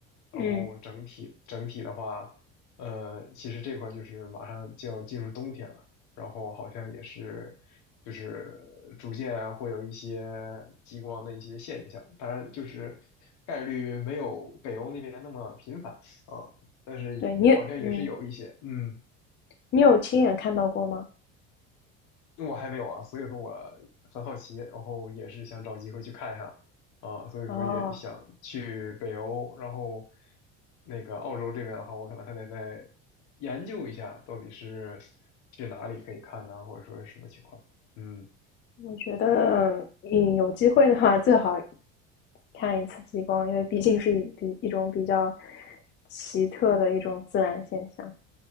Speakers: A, on the left; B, on the left.
A: 然后整体整体的话，
B: 嗯，
A: 呃，其实这块儿就是马上就要进入冬天了，然后好像也是就是逐渐啊会有一些极光的一些现象，当然就是概率没有北欧那边那么频繁啊，但是好像也是有一些，
B: 对你，嗯，
A: 嗯。
B: 你有亲眼看到过吗？
A: 我还没有啊，所以说我很好奇，然后也是想找机会去看一下啊，所以说也想去北欧，
B: 哦。
A: 然后那个澳洲这边的话，我可能还得再研究一下，到底是去哪里可以看呢，或者说是什么情况。嗯
B: 我觉得，嗯，有机会的话，最好看一次极光，因为毕竟是一比一种比较奇特的一种自然现象。